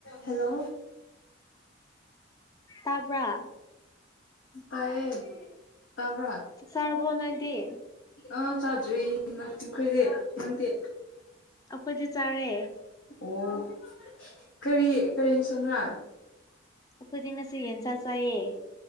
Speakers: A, on the left; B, on the left.
A: ꯍꯂꯣ
B: ꯇꯥꯕꯥ
A: ꯇꯥꯏꯌꯦ ꯇꯥꯕ꯭ꯔꯥ
B: ꯆꯥꯛ ꯆꯗꯕ‌ꯣ ꯅ‌ꯣꯏꯗꯤ
A: ꯑꯥ ꯆꯥꯗ꯭ꯔꯤ ꯅꯪꯈꯣꯏꯗꯤ ꯅꯪꯗꯤ
B: ꯑꯩꯈꯣꯏꯗꯤ ꯆꯥꯔꯦ
A: ꯑꯣ ꯀꯔꯤ ꯀꯔꯤ ꯏꯟꯁꯪꯔ
B: ꯑꯩꯈꯣꯏꯗꯤ ꯉꯁꯤ ꯌꯦꯟꯁꯥ ꯆꯥꯏꯌꯦ